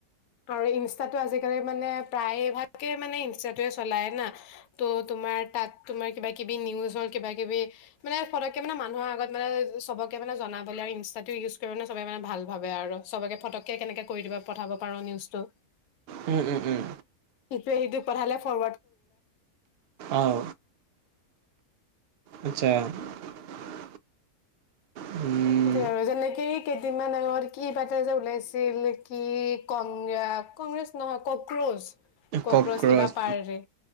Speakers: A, on the left; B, on the right.
A: আৰু ইনষ্টাটো আজিকালি মানে প্ৰায়ে ভাগে মানে ইনষ্টাটোৱে চলাই না ত তোমাৰ তাত তোমাৰ কিবা কিবি নিউজ হল কিবা কিবি মানে ফটককে মানে মানুহৰ আগত মানে সবকে মানে জনাবলে আৰু ইনষ্টাটো ইউজ কৰে মানে সবে মানে ভাল ভাবে আৰু চবকে ফটককে কেনেকে কৰি দিব পঠাব পাৰোঁ নিউজটো
B: উম উম উম
A: ইটোৱে সিটোক পঠালে ফৰ
B: অঁ আচ্ছা। <inaudible> উম
A: <unintelligible> এই কেইদিনমান আগত কিবাতা যে ওলাইছিল কি কংগ্ৰ কংগ্ৰেছ নহয় কক্ৰোচ কক্ৰোচ
B: কক্ৰচ
A: কিবা পাৰ্টি।